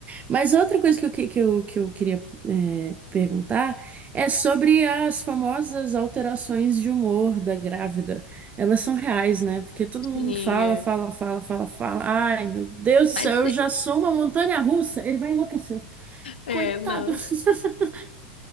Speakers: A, on the right (about 25°); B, on the left (about 80°).
A: Mas outra coisa que eu, que, que eu, que eu queria é, perguntar é sobre as famosas alterações de humor da grávida. Elas são reais, né? Porque todo
B: <laughs>
A: mundo
B: Sim,
A: fala,
B: é.
A: fala, fala, fala, fala. Ai, meu Deus do
B: Mas
A: céu, eu
B: é,
A: já sou uma montanha russa. Ele vai enlouquecer.
B: é,
A: Coitado.
B: não.
A: <laughs>